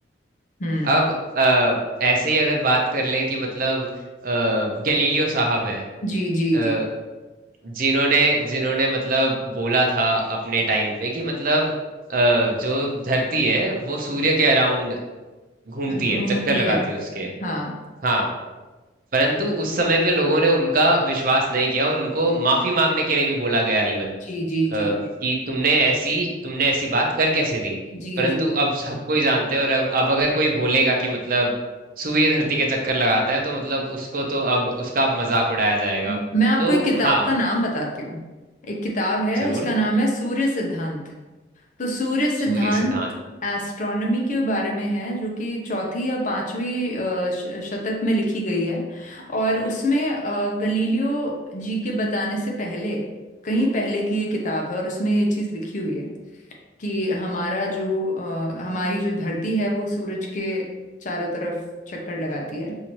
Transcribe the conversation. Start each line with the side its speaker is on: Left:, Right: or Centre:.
Left: हम्म
Right: अब अ, ऐसे ही अगर बात कर लें कि मतलब अ, गैलीलियो साहब हैं
Left: जी जी
Right: अ,
Left: जी
Right: जिन्होंने जिन्होंने मतलब बोला था अपने टाइम पे कि मतलब अ, जो धरती है वो सूर्य के अराउंड घूमती
Left: होती
Right: है चक्कर लगाती
Left: है
Right: है उसके
Left: हाँ
Right: हाँ परंतु उस समय पे लोगों ने उनका विश्वास नहीं किया और उनको माफी मांगने के लिए भी बोला गया इवन
Left: जी जी
Right: अ,
Left: जी जी
Right: कि तुमने ऐसी तुमने ऐसी बात कर कैसे दी
Left: जी
Right: परंतु
Left: जी जी।
Right: अब सबको ही जानते हैं और अब अब अगर कोई बोलेगा कि मतलब सूर्य धरती के चक्कर लगाता है तो मतलब उसको तो अब उसका अब मजाक उड़ाया जाएगा
Left: मैं आपको
Right: तो
Left: एक किताब
Right: हाँ
Left: का नाम बताती हूँ एक किताब है
Right: जरूर
Left: उसका नाम है सूर्य सिद्धांत तो सूर्य सिद्धांत
Right: सूर्य सिद्धांत
Left: एस्ट्रोनॉमी के बारे में है जो कि चौथी या पांचवी अ, श- शतक में लिखी गई है और उसमें अ, गलीलियो जी के बताने से पहले कहीं पहले की ये किताब है और उसमें ये चीज लिखी हुई है कि हमारा जो अ, हमारी जो धरती है वो सूरज के चारों तरफ चक्कर लगाती है